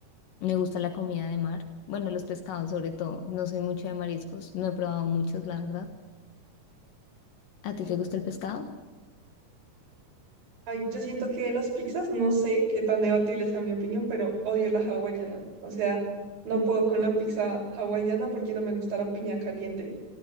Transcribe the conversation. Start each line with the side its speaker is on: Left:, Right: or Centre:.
Left: me gusta la comida de mar, bueno, los pescados sobre todo. No soy mucho de mariscos, no he probado muchos, la verdad. ¿A ti te gusta el pescado?
Right: Ay, yo siento que de las pizzas, no sé qué tan debatible sea mi opinión, pero odio la hawaiana. O sea, no puedo con la pizza hawaiana porque no me gusta la piña caliente.